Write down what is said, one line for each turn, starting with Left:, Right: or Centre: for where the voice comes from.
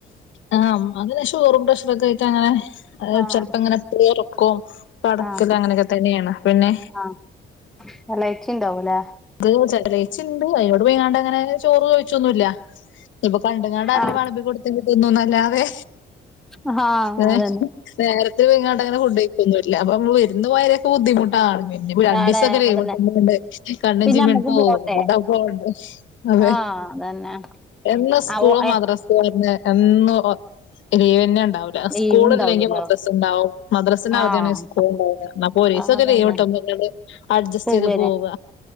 Left: ആഹ് ഉമ്മാക്ക് ഷുഗറും പ്രഷറു കായിട്ടങ്ങനെ
Centre: ആഹ്
Left: ചിലപ്പോങ്ങനെ ഏറും കോ നടക്കൽ
Centre: ആഹ്
Left: അങ്ങനൊക്കെ തന്നേണ് പിന്നെ
Centre: ആഹ് എളച്ചിണ്ടാവുലേ
Left: അത് ചെട്ടലയിച്ചിണ്ട് അയ്നോട് പോയിങ്ങാണ്ടങ്ങനെ ചോറ് ചോയിച്ചൊന്നുല്ല ഇ പണ്ട്ങ്ങാണ്ടാരേലും
Centre: ആഹ്
Left: വെളമ്പി കൊടുത്തി തിന്നുന്നല്ലാതെ
Centre: ഹാ
Left: ഏഹ്
Centre: അതന്നെ.
Left: നേരത്തെ ഇങ്ങാട്ട് അങ്ങനെ ഫുഡ് <unintelligible> അപ്പ വിരുന്നു വയരൊക്കെ ബുദ്ധിമുട്ടാണ് പിന്നെ രണ്ടീസൊക്കെ
Centre: ആടെ
Left: ലീവിട്ടുമ്പോ
Centre: അതന്നെ.
Left: ഇണ്ട് കണ്ണും
Centre: പിന്നെ
Left: ചെമീം
Centre: നമ്മക്കും
Left: അങ്ങ്
Centre: പോട്ടെ.
Left: പോവും <unintelligible> അതെ
Centre: ആഹ് അതന്നെ.
Left: എന്നും സ്കൂളും
Centre: ആവു ഏഹ്
Left: മദ്ര ഡെസ്ക്ക് വരുന്ന് എന്നും ഓ ലീവാന്നെ ഇണ്ടാവു ഇല്ല
Centre: ലീവ്ണ്ടാവൂലല്ലോ.
Left: സ്കൂൾ ഇല്ലെങ്കിൽ മദ്രസ ഇണ്ടാവും മദ്രസ അവധിയാണങ്കി
Centre: ആഹ്
Left: സ്കൂൾ ഉണ്ടാവുല്ല എന്നപ്പോ ഒറീസക്കെ
Centre: അതന്നെ
Left: ലീവ് കിട്ടുമ്പോൾ അഡ്ജസ്റ്റ്
Centre: പോവന്നെ
Left: ചെയ്തു പോവുക